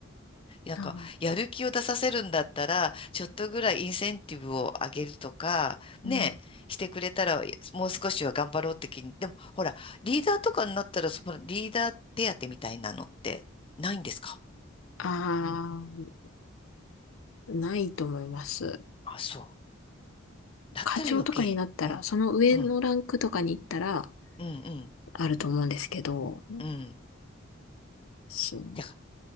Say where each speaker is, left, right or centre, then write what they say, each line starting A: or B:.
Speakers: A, on the left (about 25°); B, on the left (about 85°).
A: なんか、
B: あ
A: やる気を出させるんだったら、ちょっとぐらいインセンティブを上げるとか、
B: うん。
A: ね、してくれたら、もう少しは頑張ろうって気に。でも、ほら、リーダーとかになったら、そのリーダー手当みたいなのってないんですか
B: ああ、ないと思います。
A: あ、そう。だったら余計。
B: 課長とかになったら、
A: うん、
B: その上のランクとかに行ったら、
A: うん、うん、うん、
B: あると思うんですけど、
A: うん。
B: そう
A: だ